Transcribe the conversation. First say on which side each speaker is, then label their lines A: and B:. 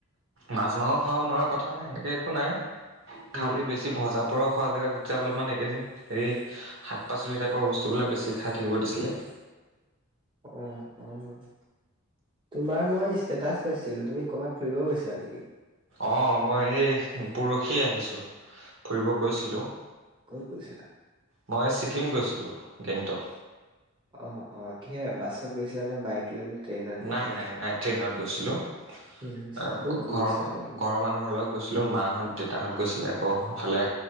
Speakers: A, on the right; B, on the right.
A: মাছ মাংস খাব নোৱাৰা কথা নাই সেনেকে একো নাই খালি
B: উম
A: বেছি বেছি ভজা পুৰা খোৱা জেগাত এতিয়া অলপমান এইকেইদিন হেৰী শাক পাচলি টাইপৰ বস্তুবিলাক বেছি খাই থাকিব দিছিলে।
B: অঁ অঁ। তোমাৰ মই ষ্টেটাচ পাইছিলো তুমি ক'ৰবাত ফুৰিব গৈছিলা নেকি?
A: অঁ মই এই পৰখি আহিছোঁ, ফুৰিব গৈছিলোঁ।
B: ক'ত গৈছিলা?
A: মই ছিক্কিম গৈছিলোঁ গেংটক।
B: অহ অঁ কিহে বাছত গৈছিলা নে বায়েক লৈ নে? ট্ৰেইনত নে
A: নাই
B: কেনেকে
A: নাই নাই ট্ৰেইনত গৈছিলোঁ।
B: ট্ৰেইনত গৈছিলা
A: আ
B: কোন কোন
A: ঘৰৰ
B: গৈছিলা
A: মা
B: তোমাৰ
A: ঘৰৰ মানুহৰ লগত গৈছিলোঁ মাহঁত দেউতাহঁত গৈছিলে, আকৌ সেফালে